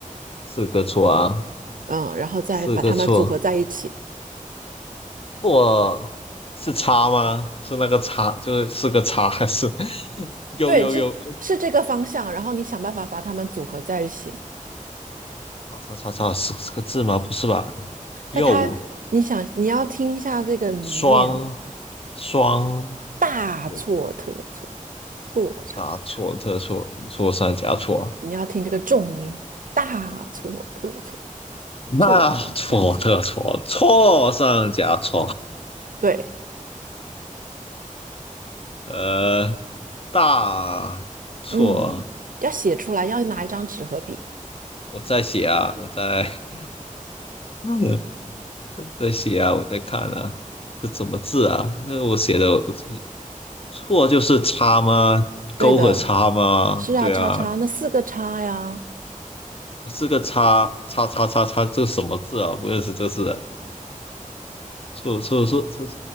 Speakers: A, on the left (about 45°); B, on the right (about 75°).
A: 四个错啊，
B: 嗯，然后再把它们组合在一起。
A: 四个错，错是叉吗？是那个叉，就是四个叉，还是 <laughs> 又又又？
B: 对，这是这个方向，然后你想办法把它们组合在一起。
A: 叉叉叉叉，是四个字吗？不是吧？
B: 但它，
A: 又。
B: 你想你要听一下这个谜面，
A: 双双，
B: 大错特错，
A: 对，
B: 错上加，
A: 大错，特错，错上加错啊，
B: 你要听这个重音，大错特错，
A: 那错特错，
B: 错上加错。
A: 错上加错，
B: 对，
A: 呃，大错，
B: 嗯，要写出来，要拿一张纸和笔。
A: 我在写啊，我在，<laughs> 嗯在写啊，我在看啊，这怎么字啊？那我写的我错就是叉吗？
B: 对的，
A: 勾和叉吗？
B: 是啊，
A: 对啊，
B: 叉叉，那四个叉呀，
A: 是个叉叉叉叉叉，这什么字啊？不认识这是错错错错